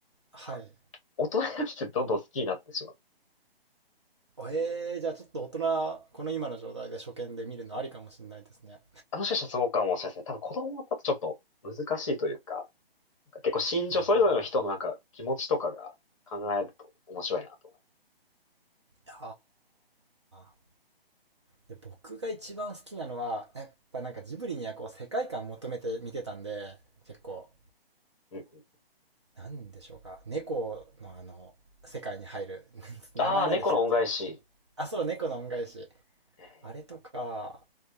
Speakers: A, on the right; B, on the left.
A: <laughs> はい。
B: か大人になってどんどん好きになってしまう。
A: えー、じゃあちょっと大人、この今の状態で初見で見るのありかもしれないですね。
B: あもしかしたらそうかもしれないですね。多分子供だとちょっと難しいというか、なんか結構心情、
A: あ
B: それぞれの人のなんか気持ちとかが考えると面白いなと思
A: いやーで僕が一番好きなのは、やっぱなんかジブリにはこう世界観求めて見てたんで、結構、
B: います。うんうん、
A: なんでしょうか、猫のあの、世界に入る、<laughs> 名前なんでしたっけ
B: ああ、猫の恩返し。
A: あ、そう、猫の恩返し。
B: え
A: あれとか、